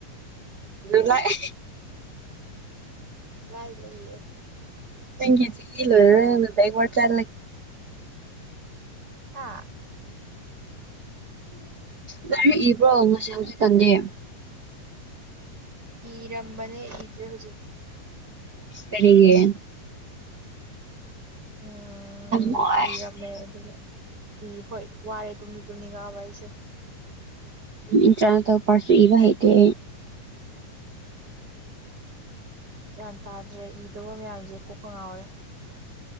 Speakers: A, on the right; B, on the right.
A: ꯖꯨꯂꯥꯏ
B: ꯨꯂꯥꯏ ꯂꯩꯏꯌꯦ
A: ꯄꯦꯡ ꯆ ꯏꯂꯗꯥ ꯋꯥ ꯆꯥ
B: ꯑꯥ
A: ꯂꯥꯏꯔꯤꯛ ꯏꯕ꯭ꯔꯣ ꯉꯁꯤ ꯍꯧꯖꯤꯛꯀꯥꯟꯗꯤ
B: ꯏꯔꯝꯕꯅꯦ ꯏꯗ꯭ꯔꯦ ꯍꯧꯖꯤꯛꯇꯤ
A: ꯀꯔꯤꯒꯦ
B: ꯎꯝ
A: ꯅꯣꯏꯁ
B: ꯏꯔꯝꯃꯦ ꯑꯗꯨ ꯎ ꯍꯣꯏ ꯋꯥꯔꯦ ꯑꯗꯨꯝꯁꯨ ꯇꯅꯤꯉꯥꯕꯏꯁꯦ
A: ꯏꯟ ꯆꯅ ꯇꯧ ꯄꯔꯁꯨ ꯏꯕ ꯍꯥꯏꯩꯗꯦ
B: ꯒ꯭ꯌꯥꯟ ꯇꯥꯗ꯭ꯔꯦ ꯏꯗꯕ ꯃꯌꯥꯝꯁꯦ ꯀꯣꯛꯀ ꯉꯥꯎꯋꯦ